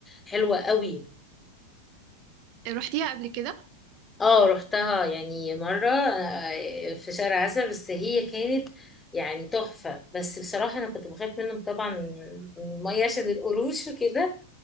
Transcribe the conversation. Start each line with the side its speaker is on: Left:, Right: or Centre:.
Left: حلوة قوي
Right: روحتيها قبل كده؟
Left: اه رحتها يعني مرة آه، في شهر عسل بس هي كانت يعني تحفة بس بصراحة أنا كنت بخاف منهم طبعا من المية عشان القروش وكده